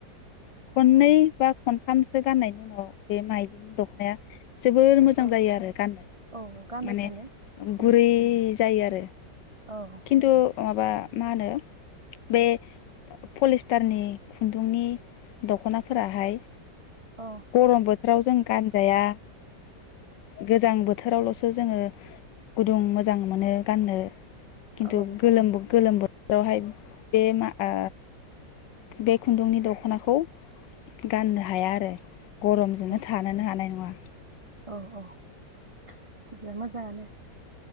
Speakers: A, on the left; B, on the right.
A: खननै बा खनथामसो गाननायनि उनाव बे माइदिनि दख'नाया जोबोर मोजां
B: औ
A: जायो आरो गाननो
B: औ गानबाय
A: माने
B: थानो उम
A: गुरै जायो आरो <inaudible>
B: औ
A: खिन्थु माबा मा होनो बे पलिस्टारनि खुन्दुंनि दख'नाफोराहाय
B: औ
A: गरमबो बोथोराव जों गानजाया गोजां बोथोर बोथोरावल'सो जोङो गुदुं मोजां मोनो गाननो
B: औ
A: खिन्थु गोलोमबो गोलोम बो जावहाय बेे मागा बे खुन्दुंनि दख'नाखौ गाननो हाया आरो गरमजोंनो
B: औ
A: थानोनो हानाय नङा
B: औ औ बिदिया मोजाङानो।